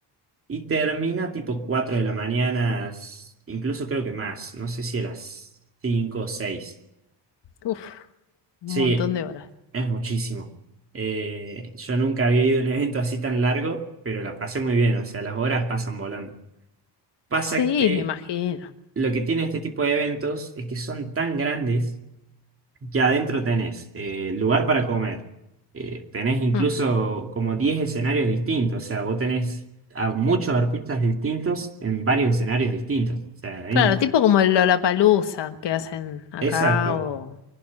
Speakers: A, on the right; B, on the left.
A: y termina tipo 4 de la mañana, s- incluso creo que más, no sé si a las cinco o seis
B: Uf, un
A: Sí,
B: montón de horas.
A: es muchísimo. Eh, yo nunca había ido a un evento así tan largo, pero la pasé muy bien, o sea, las horas pasan volando. Pasa
B: Sí,
A: que
B: me imagino.
A: lo que tiene este tipo de eventos es que son tan grandes Ya adentro tenés eh, lugar para comer. eh, tenés incluso
B: Mm.
A: como 10 escenarios distintos. O sea, vos tenés a muchos artistas distintos en varios escenarios distintos. O sea, hay
B: Claro,
A: una-
B: tipo como el Lollapalooza que hacen acá
A: Exacto.
B: o...